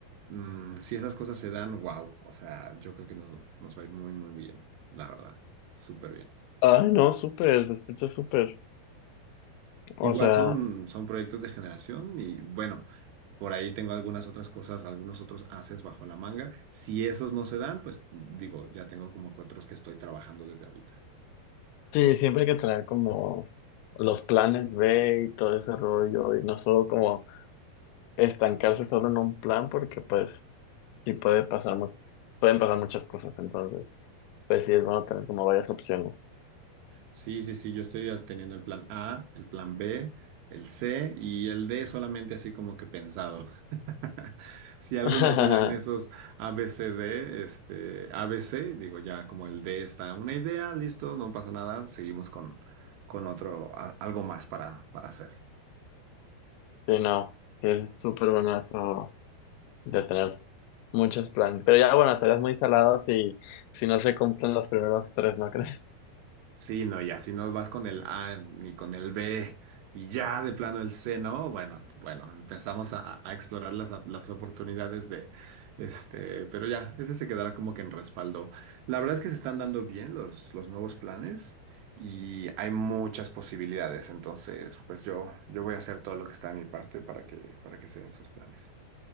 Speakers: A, on the right (about 75°); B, on the left (about 90°).
A: mm, si esas cosas se dan, wow, o sea, yo creo que nos, nos va a ir muy, muy bien, la verdad, súper bien.
B: Ay, no, súper, se escucha súper. O
A: Igual
B: sea,
A: son, son proyectos de generación y bueno, por ahí tengo algunas otras cosas, algunos otros haces bajo la manga. Si esos no se dan, pues digo, ya tengo como que otros que estoy trabajando desde ahorita.
B: sí, siempre hay que traer como los planes B y todo ese rollo y no solo como estancarse solo en un plan porque pues sí puede pasar, mu- pueden pasar muchas cosas, entonces pues sí es bueno tener como varias opciones.
A: Sí, sí, sí, yo estoy teniendo el plan A, el plan B, el C y el D solamente así como que pensado. <laughs> Si algo
B: <laughs>
A: no se da en esos A B C D este, A B C digo ya como el D está una idea, listo, no pasa nada, seguimos con, con otro, a- algo más para, para hacer.
B: Sí, no, sí es súper bueno eso de tener muchos planes, pero ya bueno, estarías muy salado si, si no se cumplen los primeros tres, ¿no crees?
A: Sí, no, ya si no vas con el A ni con el B y ya de plano el C, ¿no? Bueno, bueno, empezamos a, a- a explorar las, las oportunidades de este, pero ya, ese se quedará como que en respaldo. La verdad es que se están dando bien los, los nuevos planes y hay muchas posibilidades, entonces, pues yo, yo voy a hacer todo lo que está de mi parte para que, para que se den esos planes.